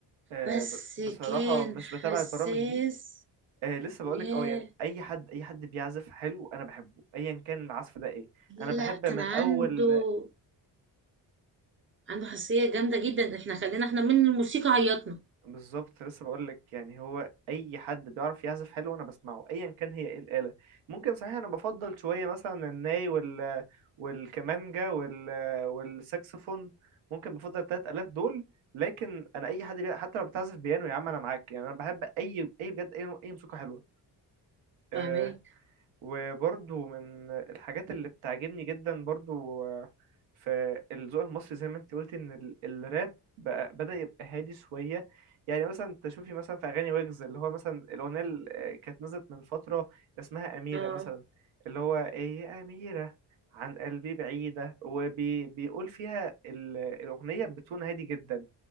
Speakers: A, on the right; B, on the right.
A: آه،
B: بس
A: ب- بصراحه
B: كان
A: مش
B: حساس
A: بتابع البرامج دي آه، لسه بقول
B: ياه
A: لك اه يعني اي حد اي حد بيعزف حلو انا بحبه ايا كان العزف ده ايه انا
B: لا
A: بحب
B: كان
A: من
B: عنده
A: اول
B: عنده حساسية جامدة جدا احنا خلينا احنا من الموسيقى عيطنا
A: بالظبط لسه بقول لك يعني هو اي حد بيعرف يعزف حلو انا بسمعه ايا كان هي ايه الاله ممكن صحيح انا بفضل شويه مثلا الناي وال والكمانجا وال والساكسفون ممكن بفضل التلات الات دول لكن انا اي حد بي... حتى لو بتعزف بيانو يا عم انا معاك يعني انا بحب اي اي بجد اي نوع- اي موسيقى حلوه آه،
B: فاهمين
A: وبرضو من الحاجات اللي بتعجبني جدا برضو آه، في الذوق المصري زي ما انت قلت ان ال- الراب بقى بدأ يبقى هادي شوية يعني مثلا تشوفي مثلا في اغاني ويجز اللي هو مثلا الاغنية اللي آه، كانت نزلت من فترة اسمها أميرة
B: اه
A: مثلا اللي هو ايه يا أميرة عن قلبي بعيدة وبيقول فيها ال- الأغنية بتون هادي جدا